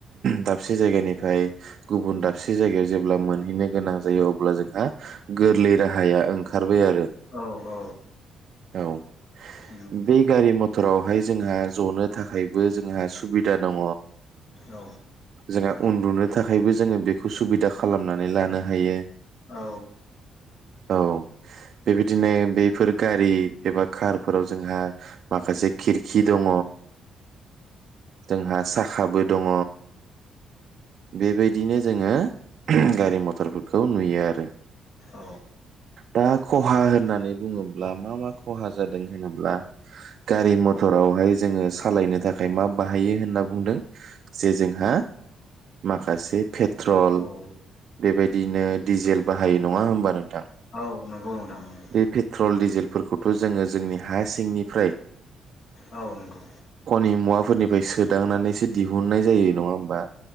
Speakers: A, on the right (about 60°); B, on the left (about 55°).
A: दाबसे जायगानिफ्राय गुबुन दाबसे जायगायाव जेब्ला मोनहैनो गोनां जायो अब्ला जोंहा गोरलै राहाया ओंखारबाय आरो
B: औ औ
A: औ
B: उम
A: बे गारि मथरावहाय जोंहा जनो थाखायबो जोंहा सुबिदा दङ
B: औ
A: जोंहा उन्दुनो थाखायबो जोङो बेखौ सुबिदा खालामनानै लानो हायो
B: औ
A: औ बेबायदिनो बेफोर गारि एबा कारफोराव जोंहा माखासे खिरखि दङ। जोंहा साखाबो दङ बेबायदिनो जोङो गारि मथरफोरखौ नुयो आरो
B: औ
A: दा खहा होननानै बुङोब्ला मा मा खहा जादों होनोब्ला गारि मथरावहाय जोङो सा सालायनो थाखाय मा बाहायो होनना बुंदों जे जों हा माखासे पेट्रल
B: औ
A: बेबाय दिनो डिजेल बाहायो नङा होमबा नोंथां
B: औ नंगौ नोंथां नंगौ
A: बे पेट्रल डिजेलफोरखौथ' जोङो जोंनि हा सिंनिफ्राय
B: औ नंगौ
A: खनि मुवाफोरनिफ्राय सोदांनानैसो दिहुननाय जायो नङा होमबा?